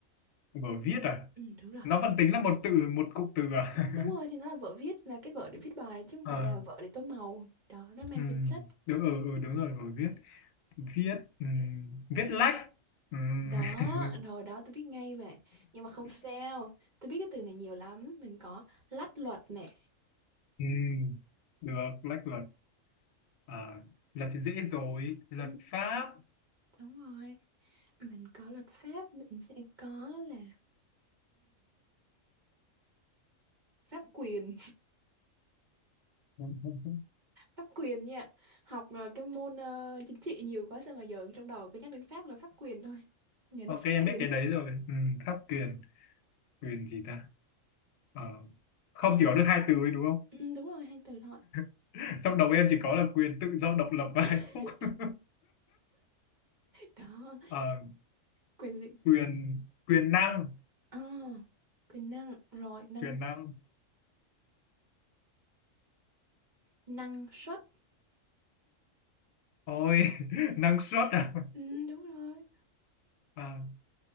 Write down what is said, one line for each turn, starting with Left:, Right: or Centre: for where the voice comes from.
Left: Vở viết à?
Right: Ừ, đúng rồi.
Left: nó vẫn tính là một từ một cụm từ à
Right: Ừ, đúng rồi,
Left: <laughs>
Right: thì nó là vở viết, là cái vở để viết bài chứ không
Left: ờ
Right: phải là vở để tô màu. Đó, nó mang
Left: ừ
Right: tính chất.
Left: đúng ừ, ừ đúng rồi rồi viết viết ừ. viết lách ừ.
Right: Đó,
Left: <laughs>
Right: rồi đó tôi biết ngay mà. Nhưng mà không sao. Tôi biết cái từ này nhiều lắm. Mình có lách luật nè.
Left: ừ. được lách luật à, luật thì dễ rồi luật
Right: Ừ,
Left: pháp
Right: đúng rồi. Mình có luật pháp, mình sẽ có là <clears throat> pháp quyền.
Left: <laughs>
Right: pháp quyền nha học ờ, cái môn ờ, chính trị nhiều quá sao mà giờ trong đầu cứ nhắc đến Pháp là pháp quyền thôi nhà nước
Left: ok
Right: pháp
Left: em
Right: quyền
Left: biết cái đấy rồi ừ. pháp quyền quyền gì ta ờ không chỉ có được hai từ ấy đúng không
Right: <laughs> ừ, đúng rồi hai từ thôi
Left: <laughs> trong đầu em chỉ có là quyền tự do độc lập và
Right: <laughs>
Left: hạnh phúc <laughs>
Right: đó
Left: ờ
Right: quyền gì
Left: quyền quyền năng
Right: à, quyền năng rồi năng
Left: quyền năng
Right: năng suất
Left: Ôi, <laughs> năng suất à?
Right: ừ, đúng rồi
Left: À,